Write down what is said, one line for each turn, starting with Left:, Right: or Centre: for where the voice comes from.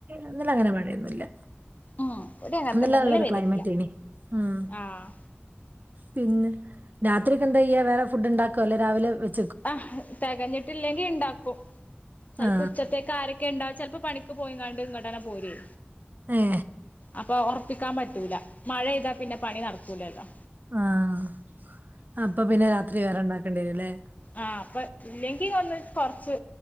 Right: ഇന്നലെ അങ്ങനെ മഴയൊന്നുംല്ല
Left: <unintelligible>
Right: ഇന്നലെ നല്ലൊരു
Left: പെയ്തിട്ടില്ല
Right: ക്ലൈമറ്റ് ഏണി ഉം
Left: ആഹ്
Right: പിന്നെ രാത്രിക്ക് എന്താ ചെയ്യ വേറെ ഫുഡ് ഉണ്ടാക്കുവോ അല്ലേ രാവിലെ വെച്ച്
Left: ആഹ് തെകഞ്ഞിട്ടില്ലെങ്കി ഉണ്ടാക്കും ചിലപ്പോ
Right: ആ
Left: ഉച്ചത്തേക്ക് ആരങ്ക് ഒക്കെണ്ടാവും ചിലപ്പോ പണിക്ക് പോയിങ്ങാണ്ട് ഇങ്ങോട്ടന്നെ പോര്വേ
Right: ഏ
Left: അപ്പൊ ഒറപ്പിക്കാൻ പറ്റൂല മഴപെയ്താ പിന്നെ പണി നടക്കൂലല്ലോ
Right: ആഹ് അപ്പൊ പിന്നെ രാത്രി വേറെ ഉണ്ടാക്കേണ്ടി വരുംല്ലേ
Left: ആഹ് അപ്പൊ ഇല്ലെങ്കി ഒന്ന് കൊറച്ച്